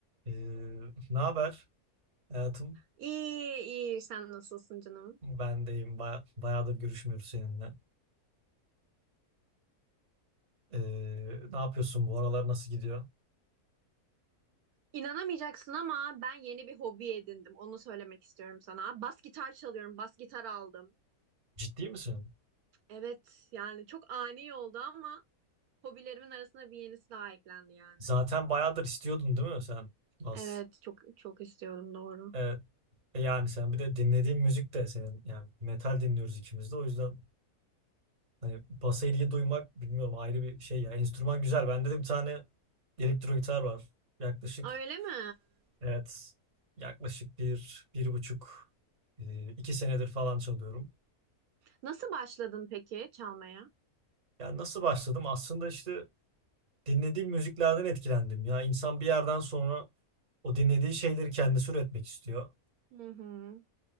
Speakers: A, on the right; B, on the right.
A: Ee, ne haber hayatım?
B: İyi, iyi. Sen nasılsın canım?
A: Ben deyim. Baya- bayağıdır görüşmüyoruz seninle. Ee, ne yapıyorsun bu aralar nasıl gidiyor?
B: İnanamayacaksın ama ben yeni bir hobi edindim. Onu söylemek istiyorum sana. Bas gitar çalıyorum. Bas gitar aldım.
A: Ciddi misin?
B: Evet, yani çok ani oldu ama hobilerimin arasında bir yenisi daha eklendi yani.
A: Zaten bayağıdır istiyordun değil mi sen? Bas.
B: Evet, çok çok istiyorum doğru.
A: Evet. E yani sen bir de dinlediğin müzik de senin. Yani metal dinliyoruz ikimiz de. O yüzden hani basa ilgi duymak bilmiyorum ayrı bir şey ya. Enstrüman güzel. Bende de bir tane elektro gitar var. Yaklaşık
B: Öyle mi?
A: evet yaklaşık bir, bir buçuk, e, iki senedir falan çalıyorum.
B: Nasıl başladın peki çalmaya?
A: Yani nasıl başladım? Aslında işte dinlediğim müziklerden etkilendim. Ya insan bir yerden sonra o dinlediği şeyleri kendisi üretmek istiyor.
B: Hı hı.